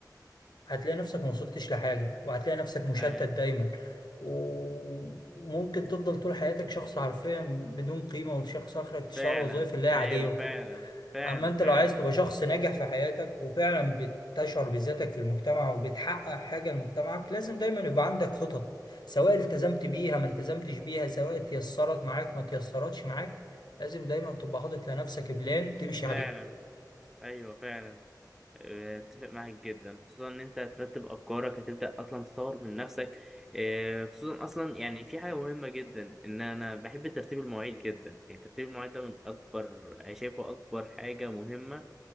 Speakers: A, on the left; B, in the centre.
A: هتلاقي نفسك ما وصلتش لحاجة وهتلاقي نفسك مشتت
B: ايوه
A: دايما و- وممكن تفضل طول حياتك شخص حرفيا بدون قيمة وشخص اخرك تشتغل
B: فعلا
A: وظائف اللي هي عادية
B: ايوه
A: وكده
B: فعلا فعلا
A: اما انت
B: فعلا
A: لو عايز تبقى شخص ناجح في حياتك وفعلا بتشعر بذاتك في المجتمع وبتحقق حاجة لمجتمعك لازم دايما يبقى عندك خطط سواء التزمت بيها ما التزمتش بيها سواء تيسرت معاك ما تيسرتش معاك لازم دايما تبقى حاطط لنفسك بلان تمشي
B: فعلا
A: عليها
B: ايوه فعلا آه، اتفق معاك جدا خصوصا ان انت هترتب افكارك هتبدا اصلا تطور من نفسك اه، خصوصا اصلا يعني في حاجه مهمه جدا ان انا بحب ترتيب المواعيد جدا يعني ترتيب المواعيد ده من اكبر شايفه اكبر حاجه مهمه